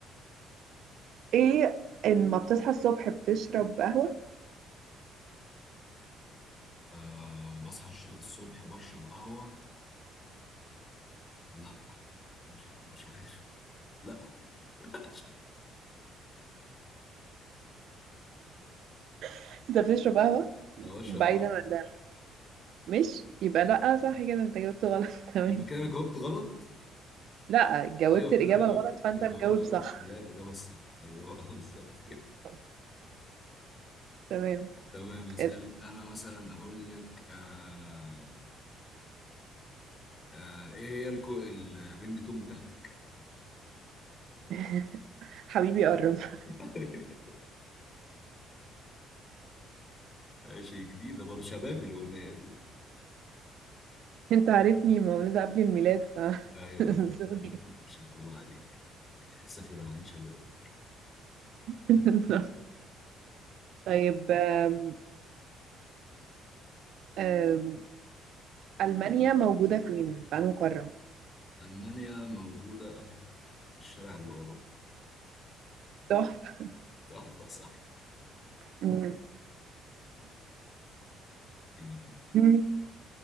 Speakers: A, on the right; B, on the left.
A: إيه لما بتصحى الصبح بتشرب قهوة
B: آه، بصحى الش- الصبح بشرب قهوة لا مش عارف مش عارف لا <laughs>
A: <laughs> أنت بتشرب قهوة
B: انا بشرب
A: بعيدا
B: قهوة
A: عن ده مش يبقى لأ صح كده أنت جاوبت غلط <laughs> تمام
B: يبقى كده انا جاوبت غلط
A: لا جاوبت
B: ايوه كده
A: الإجابة
B: انا جاوبت
A: الغلط فأنت
B: الجواب
A: مجاوب
B: الغلط
A: صح
B: فلا الاجابه الصح ايوه <laughs> بالظبط كده
A: <laughs> تمام
B: تمام اسالك
A: اسأل.
B: انا مثلا اقول لك آه آه ايه هي الكو... ال- الرينج تون بتاعتك
A: <laughs> حبيبي قرب <laughs>
B: <laughs> ماشي جديده برضه شبابي الاغنيه دي
A: انت عارفني مولودة قبل الميلاد ف
B: ايوه
A: <laughs>
B: <laughs>
A: سوري
B: ما شاء الله عليك سفير عن شبابي
A: <laughs> طيب آم، آم، ألمانيا موجودة فين؟ في أنهي قارة؟
B: المانيا موجوده في الشارع اللي ورايا
A: تحفة <laughs>
B: تحفه صح
A: مم.
B: <laughs>
A: مم.